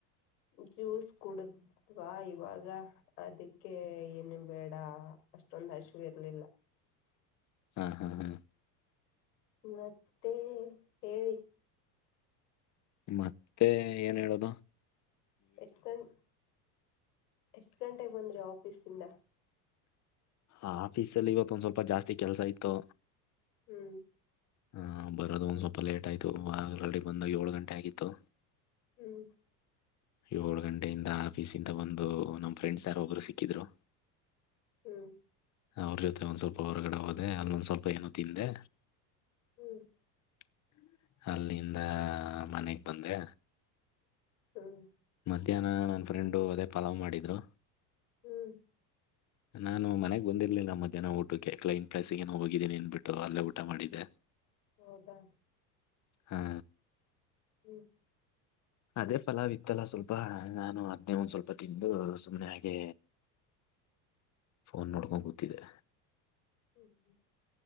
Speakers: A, on the left (about 80°); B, on the left (about 35°).
A: ಜ್ಯೂಸ್ ಕುೂಡದ ವಾಾ ಇವಾಗ ಅದಕ್ಕೆ ಏನು ಬೇಡ ಅಷ್ಟೊಂದ ಹಶವಿ ಇರ್ಲಿಲ್ಲ.
B: ಹಾ ಹಾ ಹಾ
A: ಮತ್ತೆ ಹೇಳಿ.
B: ಮತ್ತೆ ಏನ್ ಹೇಳದು
A: ಎಷ್ಟ ಗಂ ಎಷ್ಟ ಗಂಟೆಗೆ ಬಂದ್ರಿ ಆಫೀಸ ಇಿಂದ
B: ಹ ಆಫೀಸ ಅಲ್ಲಿ ಇವತ್ತು ಒಂದ್ ಸ್ವಲ್ಪ ಜಾಸ್ತಿ ಕೆಲಸ ಇತ್ತು.
A: ಹ್ಮ್
B: ಹಹ್ ಬರೋದು ಒಂದ್ ಸ್ವಲ್ಪ ಲೇಟ್ ಆಯ್ತು ಆಲ ರೆಡಿ ಬಂದಾಗ ಏಳು ಗಂಟೆ ಆಗಿತ್ತು.
A: ಹ್ಮ್.
B: ಏಳು ಗಂಟೆಯಿಂದ ಆಫೀಸ್ ಇಿಂದ ಬಂದು ನಮ್ ಫ್ರೆಂಡ್ಸ್ ಯಾರ ಒಬ್ರು ಸಿಕ್ಕಿದ್ರು.
A: ಹ್ಮ್
B: ಅವ್ರ ಜೊತೆ ಒಂದ ಸ್ವಲ್ಪ ಹೊರಗಡೆ ಹೋದೆ ಅಲ್ಲಿವಂದು ಸ್ವಲ್ಪ ಏನೋ ತಿಂದೆ
A: ಹ್ಮ್
B: <unintelligible> ಅಲ್ಲಿಂದ ಮನೆಗ ಬಂದೆ.
A: ಹ್ಮ್
B: ಮಧ್ಯಾಹ್ನ ನನ್ನ ಫ್ರೆಂಡು ಅದೇ ಪಲಾವ ಮಾಡಿದ್ರು.
A: ಹ್ಮ್
B: <inaudible> ನಾನು ಮನೆಗ ಬಂದಿರ್ಲಿಲ್ಲ ಮಧ್ಯಾಹ್ನ ಊಟಕ್ಕೆ ಕೈನ ಕ್ಲಾಸಿಗೆ ಏನು ಹೋಗಿದ್ದೀನಿ ಅನ್ಬಿಟ್ಟು ಅಲ್ಲೇ ಊಟ ಮಾಡಿದ್ದೆ. <inaudible>
A: ಹೌದಾ.
B: ಹಾ
A: ಹ್ಮ್
B: ಅದೇ ಫಲಾವ ಇತ್ತಲ್ಲ ಸ್ವಲ್ಪ ನಾನು ಅದ್ನೇ ಒಂದ್ ಸ್ವಲ್ಪ ತಿಂದು ಸುಮ್ನೆ ಹಾಗೆ ಫೋನ ನೋಡ್ಕೊಂಡ ಕೂತಿದ್ದೆ.
A: ಹ್ಮ